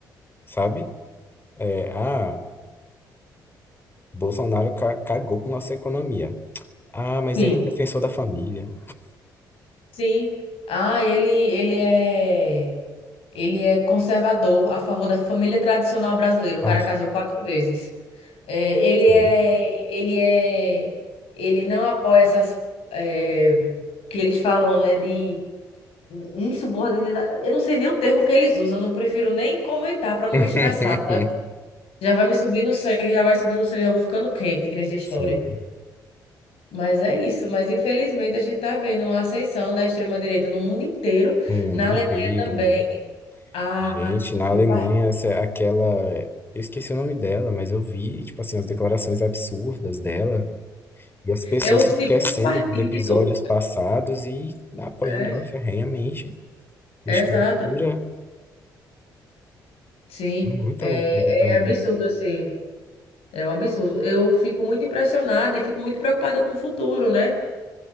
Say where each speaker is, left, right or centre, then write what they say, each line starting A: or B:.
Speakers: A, on the left (about 20°); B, on the left (about 65°).
A: sabe? É, ah. Bolsonaro ca- cagou com nossa economia. Ah, mas
B: Sim.
A: ele é defensor da família.
B: Sim. Ah, ele, ele é ele é conservador a favor da família tradicional brasileira. O
A: Ah,
B: cara casou quatro vezes. É, ele
A: sim.
B: é ele é ele não apoia essas é, que eles falam, né, de insubordinação. Eu não sei nem o termo que eles usam, eu não prefiro nem comentar para não
A: <laughs>
B: me estressar. Já vai me subir no sangue, já vai subir no sangue, já vou ficando quente aqui nessa história.
A: Sim.
B: Mas é isso, mas infelizmente a gente está vendo uma ascensão da extrema-direita no mundo inteiro,
A: No mundo
B: na
A: inteiro.
B: Alemanha também. A,
A: Gente, na Alemanha,
B: o partido
A: essa, é aquela. Eu esqueci o nome dela, mas eu vi, tipo assim, as declarações absurdas dela e as pessoas
B: é o
A: se
B: segundo
A: esquecendo
B: partido.
A: dos episódios passados e apoiando
B: É,
A: ela ferrenhamente. Gente,
B: é, exato,
A: que loucura.
B: sim.
A: Muita
B: É,
A: loucura pra
B: é
A: mim.
B: absurdo, assim. É um absurdo. Eu fico muito impressionada e fico muito preocupada com o futuro, né?